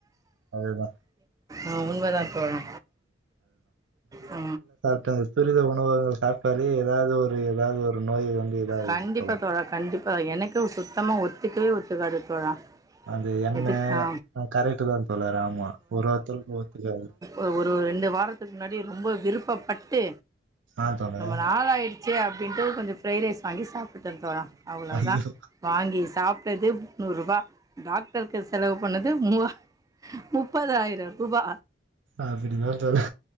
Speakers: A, on the right (about 80°); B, on the right (about 20°).
A: அதுதா
B: ஆ உண்மதா தோழா ஆ
A: த துரித உணவுங்க சாப்டாலே ஏதாவது ஒரு ஏதாவது ஒரு நோய் வந்து இதாயிரு
B: கண்டிப்பா
A: தோழர்
B: தோழா கண்டிப்பா எனக்கு சுத்தமா ஒத்துக்கவே ஒத்துக்காது தோழா
A: அந்த எண்ண
B: எது ஆ
A: கரெக்ட் தா தோழர் ஆமா ஒரு ஒருத்தர்க்கு ஒத்துக்காது
B: ஒரு ஒரு ரெண்டு வாரத்துக்கு முன்னாடி ரொம்ப விருப்பப்பட்டு
A: ஆ தோழர்
B: ரொம்ப நாளாயிடு ச்சு அப்டின்ட்டு கொஞ்சோ ஃப்ரைட் ரைஸ் வாங்கி சாப் பிட்ட தோழா அவ்வளோ
A: ஐயோ
B: தா வாங்கி சாப்ட்டது முந்நூறுரூபா டாக் டருக்கு செலவு பண்ணது மூவா முப்பதாயிர ரூபா
A: அப்படிதா தோழி